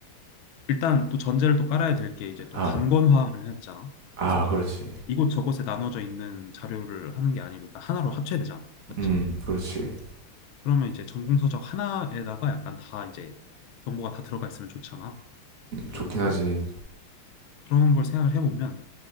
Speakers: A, on the left; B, on the right.
A: 일단 또 전제를 또 깔아야 될 게 이제 또
B: 아,
A: 단권화를 해야 되잖아.
B: 아,
A: 그래서 막
B: 그렇지.
A: 이곳저곳에 나눠져 있는 자료를 하는 게 아니고 일단 하나로 합쳐야 되잖아. 맞지?
B: 음, 그렇지. 음,
A: 그러면 이제 전공서적 하나에다가 약간 다 이제 정보가 다 들어가 있으면 좋잖아.
B: 좋긴
A: 아무래도
B: 하지.
A: 그런 걸 생각을 해보면